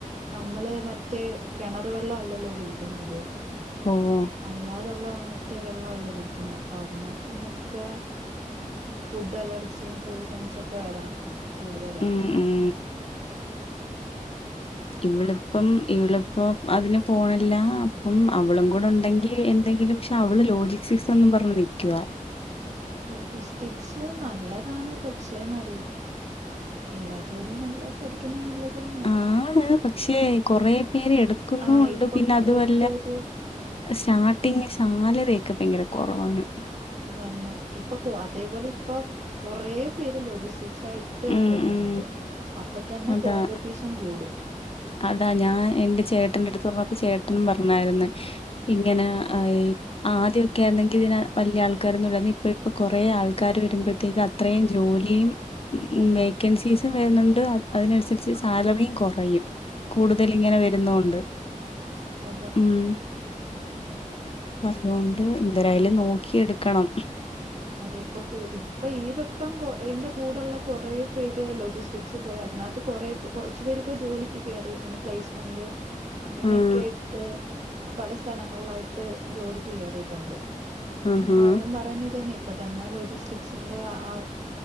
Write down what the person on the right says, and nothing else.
നമ്മള് മറ്റേ കിണർ വെള്ളം അല്ലല്ലോ കൂടി ക്കുന്നത്
അല്ലാതുള്ള മറ്റേ വെള്ളല്ലേ കുടിക്കുന്നെ അപ്പൊ അതിനകത്തുന്നൊക്കെ ഫുഡ് അലർജിം, പോയ്സൺസ് ഒക്കെ വരാൻ കൂടുതല
ലോജിസ്റ്റിക്സ് നല്ലതാണ് പക്ഷെ നല് എല്ലാ ജോലിയും നല്ല പഠി ക്ക്‌ന്നെ നല്ലത് തന്നെ
ആ
ഇപ്പൊ
<unintelligible>
ഇതന്നെ ഇപ്പൊ അതേപോലെ ഇപ്പൊ കൊറ പേര് ലോജിസ്റ്റിക്സ് ആയി ട്ട്
പോന്നുണ്ട്
അപ്പൊ തന്നെ
കോമ്പറ്റീഷൻ കൂടും
തന്നെ
അത
അതെ ഇപ്പം കു ഇപ്പൊ ഈ വട്ടം എന്റെ കൂടഒള്ള കുറെ പേര് ലോജിസ്റ്റിക്സ് പോയി അതിനത്ത് കൊറേ ഇപ്പം കൊറച്ചു പേരിപ്പൊ ജോലിക്ക് കേറി ഇങ്ങനെ പ്ലേസ്മെന്റ് അങ്ങനേക്കേട്ട്
പല സ്ഥലങ്ങളിലായിട്ട് ജോലിക്ക് കേറീട്ടുണ്ട്
അപ്പൊ അവരും പറയുന്ന ഇത് തന്നെ ഇപ്പൊ തന്നാ ലോജിസ്റ്റിക്സിന്റെ ആഹ്